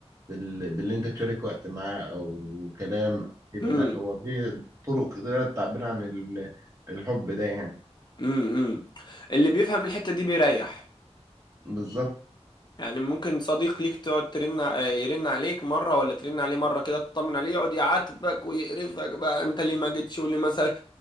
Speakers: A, on the right; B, on the left.
A: بال- باللي انت تشارك وقت معاه او كلام كده
B: امم
A: لا هو في طرق كتيرة للتعبير عن ال- الحب ده يعني
B: امم امم. اللي بيفهم الحتة دي بيريح
A: بالظبط
B: يعني ممكن صديق ليك تقعد ترن ع- يرن عليك مرة ولا ترن عليه مرة كده تطمن عليه يقعد يعاتبك ويقرفك بقى انت ليه ما جيتش وليه مثلا